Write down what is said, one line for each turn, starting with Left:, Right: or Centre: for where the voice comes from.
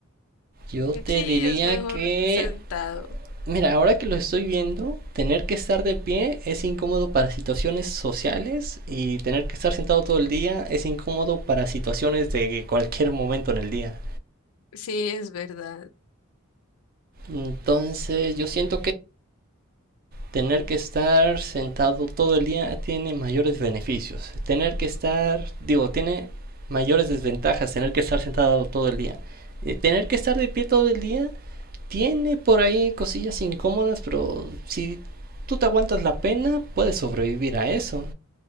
Right: Yo te
Left: Sí,
Right: diría
Left: es mejor
Right: que
Left: sentado.
Right: Mira, ahora que lo estoy viendo, tener que estar de pie es incómodo para situaciones sociales y tener que estar sentado todo el día es incómodo para situaciones de cualquier momento en el día.
Left: Sí, es verdad.
Right: Entonces, yo siento que tener que estar sentado todo el día tiene mayores beneficios. Tener que estar, digo, tiene mayores desventajas tener que estar sentado todo el día. Eh, tener que estar de pie todo el día tiene por ahí cosillas incómodas, pero si tú te aguantas la pena, puedes sobrevivir a eso.